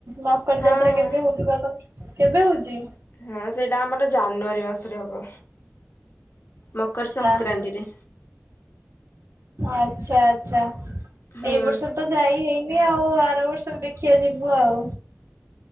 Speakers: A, on the right; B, on the left.
A: ମକର
B: ହଁ
A: ଯାତ୍ରା କେବେ
B: ହଁ
A: ହଉଛି ବା ତମର କେବେ ହଉଛି।
B: ହଁ ସେଇଟା ଆମର ଜାନୁଆରୀ ମାସରେ ହବ ମକର ସଂକ୍ରାନ୍ତିରେ।
A: ଆଚ୍ଛା ଆଛା ଆଚ୍ଛା
B: ହୁଁ।
A: ଏଇ ବର୍ଷ ତ ଯାଇ ହେଇନି ଆଉ ଆର ବର୍ଷକୁ ଦେଖିବା ଯିବୁ ଆଉ।